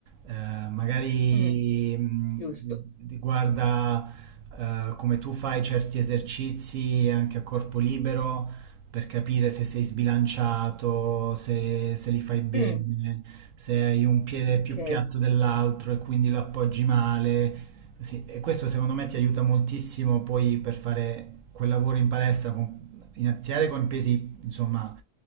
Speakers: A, on the right; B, on the left.
A: eh, magari
B: Mm,
A: mh,
B: giusto.
A: ti guarda eh, come tu fai certi esercizi anche a corpo libero per capire se sei sbilanciato, se, se li fai bene,
B: Mm,
A: se hai un piede
B: ok,
A: più piatto dell'altro e quindi lo appoggi male. Sì, e questo secondo me ti aiuta moltissimo poi per fare quel lavoro in palestra, con- iniziare con pesi insomma